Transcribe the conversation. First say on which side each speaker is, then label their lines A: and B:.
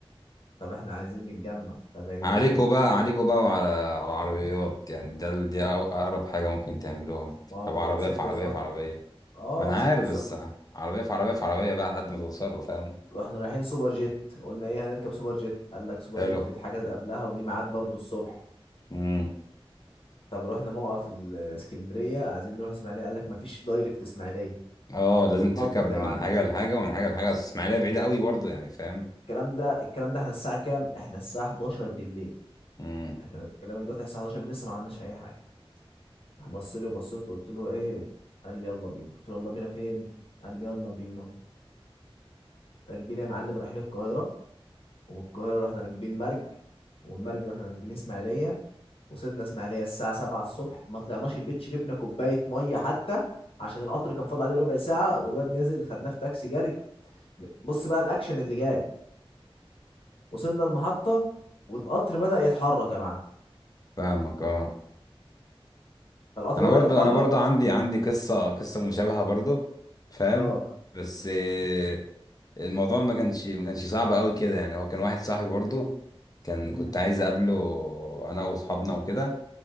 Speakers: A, on the left; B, on the left.
A: طب احنا عايزين نتجمع طب يا جدعان
B: عليكوا بقى عليكوا بقى وعلى على العربيات يعني ده ال- دي أقرب حاجة ممكن تعملوها تركب
A: ما هو
B: عربية
A: سكة
B: في عربية
A: سفر
B: في عربية
A: اه
B: ما أنا
A: سكة
B: عارف
A: سفر
B: بس عربية في عربية في عربية بقى لحد ما توصلوا فاهم
A: واحنا رايحين سوبر جيت قلنا ايه هنركب سوبر جيت قال لك سوبر
B: حلو
A: جيت بيتحجز قبلها وليه ميعاد برضه الصبح
B: امم
A: طب رحنا موقف الاسكندرية عايزين نروح اسماعيلية قال لك مفيش دايركت اسماعيلية
B: اه لازم
A: تتنطط
B: تركب من
A: يا معلم
B: حاجة لحاجة ومن حاجة لحاجة أصل إسماعيلية بعيدة قوي برضه يعني فاهم
A: الكلام ده الكلام ده احنا الساعة كام احنا الساعة 11 بالليل
B: امم
A: احنا بكلمك دلوقتي الساعة 11 بالليل لسه ما عملناش اي حاجة راح بص لي وبصيت له قلت له ايه قال لي يلا بينا قلت له يلا بينا فين قال لي يلا بينا راكبين يا معلم رايحين القاهرة ومن القاهرة رحنا راكبين مرج ومن مرج رحنا راكبين اسماعيلية وصلنا اسماعيلية الساعة 7 الصبح ما طلعناش البيت شربنا كوباية مية حتى عشان القطر كان فاضل عليه ربع ساعة والواد نزل خدناه في تاكسي جري بص بقى الأكشن اللي جاي وصلنا المحطة والقطر بدأ يتحرك يا معلم
B: فاهمك اه
A: فالقطر
B: انا
A: بدأ
B: برضو
A: يتحرك
B: انا برضو عندي عندي قصه قصه مشابهه برضو فاهم
A: اه
B: بس آه، الموضوع ما كانش ما كانش صعب قوي كده يعني هو كان واحد صاحبي برضو كان
A: امم
B: كنت عايز اقابله انا واصحابنا وكده